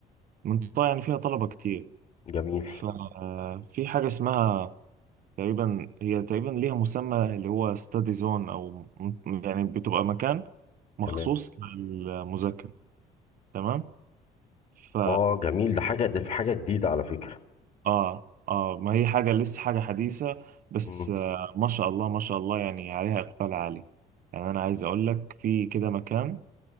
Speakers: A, on the right (about 55°); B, on the left (about 45°).
A: ومنطقة يعني فيها طلبة كتير
B: جميل
A: ففي حاجة اسمها تقريبا هي تقريبا ليها مسمى اللي هو ستادي زون أو م- يعني بتبقى مكان مخصوص
B: تمام
A: للمذاكرة تمام ف
B: اه جميل ده حاجه ده في حاجه جديده على فكره
A: آه آه ما هي حاجة لسه حاجة حديثة بس
B: مم.
A: آه ما شاء الله ما شاء الله يعني عليها إقبال عالي يعني أنا عايز أقول لك في كده مكان